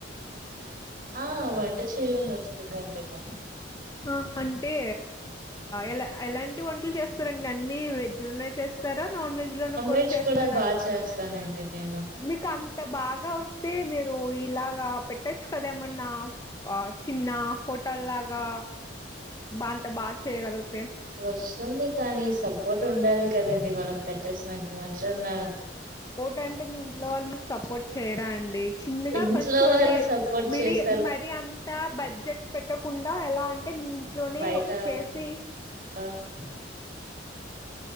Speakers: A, on the right; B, on the left.
A: ఆ వంట చేయడం వస్తుందండి నాకు
B: ఆ అంటే ఎలా ఎలాంటి వంటలు చేస్తారండి అన్ని వెజ్ లోనే చేస్త నాన్ వెజ్ లో కూడా
A: వెజ్
B: చేస్తారా
A: బాగా చేస్తానండి నేను
B: మీకు ఇంత బాగా వస్తే మీరు ఇలాగా పెట్టొచ్చు కదా ఏమన్నా చిన్న హోటల్లాగా బా అంత బాగా చేయగలుగుత
A: వస్తుంది కానీ సపోర్ట్ ఉండాలి కదండి మనం చేసినంత మాత్రాన
B: ఏంటంటే మీ ఇంట్లో వాళ్ళు మీకు సపోర్ట్ చేయరా అండి చిన్నగా
A: ఇంట్లో
B: ఫస్ట్
A: వాళ్ళు
B: అంటే
A: సపోర్ట్
B: మీరి
A: చేస్తారు
B: మరి అంత బడ్జెట్ పెట్టకుండా ఎలా అంటే మీ ఇంట్లోనే
A: బయట
B: చేసి
A: ఆ,